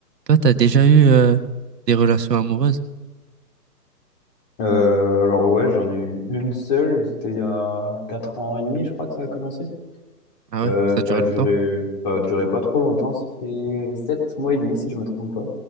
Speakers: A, on the right; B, on the left.
A: Toi, t'as déjà eu euh, des relations amoureuses?
B: Euh, alors ouais, j'en ai eu une seule, c'était il y a 4 ans et demi, je crois que ça a commencé.
A: Ah
B: Euh,
A: ouais? Ça a duré
B: ça a duré,
A: longtemps?
B: ça a duré pas trop longtemps, c'était 7 mois et demi si je me trompe pas.